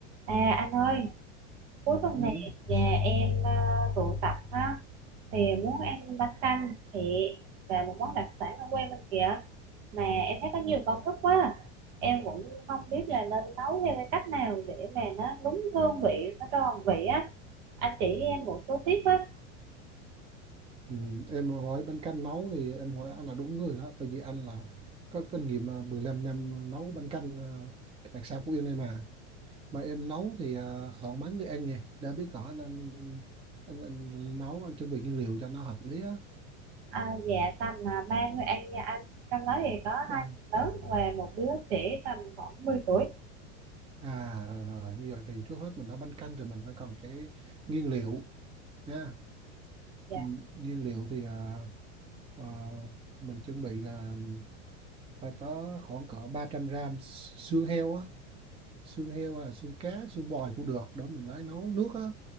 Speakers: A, on the right (about 65°); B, on the right (about 15°).
A: À anh ơi, cuối tuần
B: Ừ.
A: này nhà em ờ, tụ tập ha thì muốn ăn bánh canh thịt và một món đặc sản ở quê mình kìa mà em thấy có nhiều công thức quá. Em cũng không biết là nên nấu theo cái cách nào để mà nó đúng hương vị, nó tròn vị á. Anh chỉ em một số tips á.
B: Ừ. Em hỏi bánh canh nấu thì em hỏi anh là đúng người đó tại vì anh là có kinh nghiệm à, 15 năm nấu bánh canh à, đặc sản Phú Yên này mà mà em nấu thì à, khoảng mấy người ăn nhỉ đã biết rõ anh anh, anh, anh nấu anh chuẩn bị nguyên liệu cho nó hợp lý á
A: À, dạ tầm à, ba người ăn nha anh. Trong đó thì có
B: Đang-
A: hai đứa lớn và một đứa trẻ tầm khoảng 10 tuổi.
B: à rồi, rồi như vậy thì trước hết mình nấu bánh canh thì mình phải cần cái nguyên liệu nha
A: Dạ.
B: ừ. Nguyên liệu thì à, à, mình chuẩn bị là phải có khoảng cỡ 300 gram xương heo á xương heo hay là xương cá xương bò cũng được đó mình lấy nấu nước á